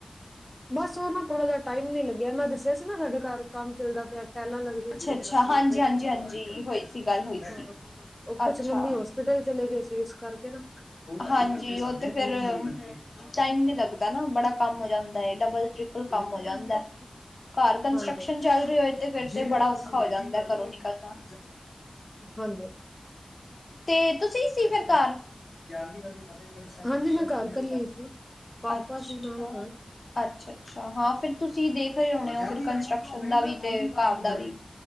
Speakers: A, in the centre; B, on the left.
A: ਬਸ ਉਹ ਨਾ ਥੋੜਾ ਜਿਹਾ ਟਾਈਮ ਨੀ ਲੱਗਿਆ ਮੈਂ ਦੱਸਿਆ ਸੀ ਨਾ ਸਾਡੇ ਘਰ ਕੰਮ ਚੱਲਦਾ ਪਿਆ ਟਾਇਲਾਂ ਲੱਗਦੀਆਂ
B: ਅੱਛਾ ਹਾਂਜੀ ਹਾਂਜੀ ਹਾਂਜੀ ਹੋਈ ਸੀ ਗੱਲ ਹੋਈ
A: ਹਾਂ
B: ਸੀ
A: ਉਹ ਕੁਛ
B: ਅੱਛਾ
A: ਮੰਮੀ ਹੋਸਪਿਟਲ ਚਲੇ ਗਏ ਸੀ ਇਸ ਕਰਕੇ ਨਾ
B: ਹਾਂਜੀ ਉਹ ਤੇ ਫਿਰ ਟਾਈਮ ਨੀ ਲੱਗਦਾ ਨਾ ਬੜਾ ਕੰਮ ਹੋ ਜਾਂਦਾ ਤੇ ਡਬਲ ਟ੍ਰਿਪਲ ਕੰਮ ਹੋ ਜਾਂਦੈ ਘਰ ਕੰਸਟੱਰਕਸ਼ਨ
A: ਹਾਂਜੀ।
B: ਚੱਲ ਰਹੀ ਹੋਏ ਤੇ ਫੇਰ ਤੇ ਬੜਾ ਔਖਾ ਹੋ ਜਾਂਦਾ ਘਰੋਂ ਨਿਕਲਣਾ
A: ਹਾਂਜੀ
B: ਤੇ ਤੁਸੀਂ ਸੀ ਫਿਰ ਘਰ <unintelligible>
A: ਹਾਂਜੀ ਮੈਂ ਘਰ ਕੱਲੀ ਸੀ ਪਾਪਾ
B: ਅੱਛਾ
A: ਸੀ ਨਾਲ ਘਰ।
B: ਅੱਛਾ ਅੱਛਾ ਹਾਂ ਫਿਰ ਤੁਸੀਂ ਦੇਖ ਰਹੇ ਹੋਣੇ ਹੋ ਫਿਰ ਕੰਸਟਰਕਸ਼ਨ ਦਾ ਵੀ ਤੇ ਘਰ ਦਾ ਵੀ